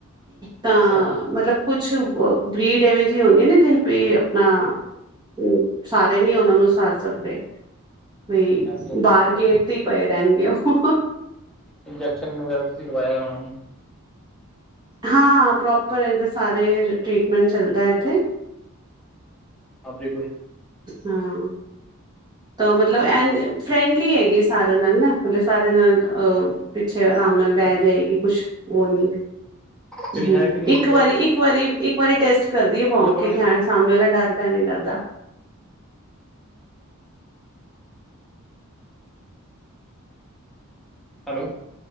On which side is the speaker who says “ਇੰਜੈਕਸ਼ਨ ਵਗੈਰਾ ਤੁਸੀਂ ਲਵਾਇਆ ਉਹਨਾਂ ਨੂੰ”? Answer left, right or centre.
Centre